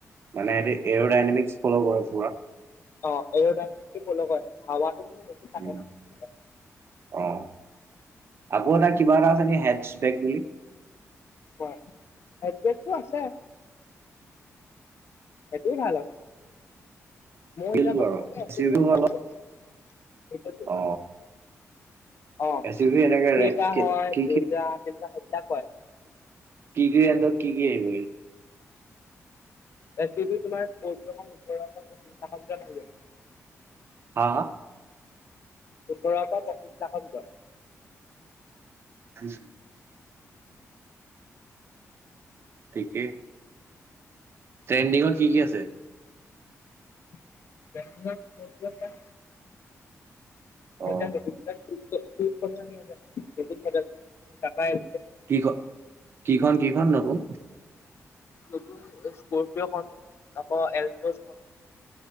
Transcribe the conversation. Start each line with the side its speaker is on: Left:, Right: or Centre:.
Right: মানে এহেটি এৰ' ডাইনামিকস ফল' কৰে পুৰা।
Left: অ' এৰ' ডাইনামিকস টো ফল' কৰে। হাৱাত হেতু মানে বেছি কাটে
Right: উম।
Left: ন? সেনেকুৱা
Right: অ আকৌ এটা কিবা এটা আছে নে হেডছবেগ বুলি?
Left: অ' হেডছটো আছে। সেইটোও ভাল হয়। মোৰ
Right: টো
Left: হিচাপত
Right: আৰু
Left: তোমালোকে এফ
Right: এছ ইউ
Left: টো জি
Right: ভি
Left: এখনহে
Right: অলপ
Left: লব লাগে। ঠিকেইটো।
Right: অ
Left: অ',
Right: এছ
Left: ক্ৰেতা
Right: ইউ ভি এনেকে ৰে- কি
Left: হয়,
Right: কি
Left: বেজা তেনেকুৱা সেইবিলাক হয়।
Right: কিগি এন্তক, কিগি আহিব
Left: এচ চি দি তোমাৰ ফৰ জি এখন ওঠৰ শ পঁচিশ মানৰ ভিতৰত আহি যাব।
Right: হা হা।
Left: সোতৰৰ পৰা পঁচিশ লাখৰ ভিতৰত।
Right: ওম। ঠিকেই। ট্ৰেণ্ডিঙত কি কি আছে?
Left: ট্ৰেন্দিঙত <unintelligible> আছে।
Right: অ
Left: এতিয়া নতুন <unintelligible> খন আহি আছে। নতুন মডেল। চতাইল
Right: কি খন? কি খন কি খন নতুন?
Left: নতুন স্কপিঅ খন আকৌ এলটছখন।